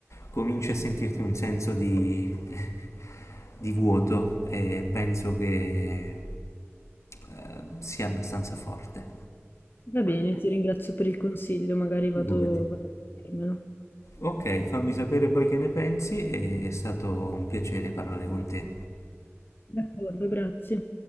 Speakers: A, on the left; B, on the left.
A: cominci a sentirti un senso di, <laughs> di vuoto e penso che eh, sia abbastanza forte.
B: va bene, ti ringrazio per il consiglio, magari
A: Figurati.
B: vado vado a vedermelo.
A: Ok, fammi sapere poi che ne pensi, è stato un piacere parlare con te.
B: D'accordo, grazie.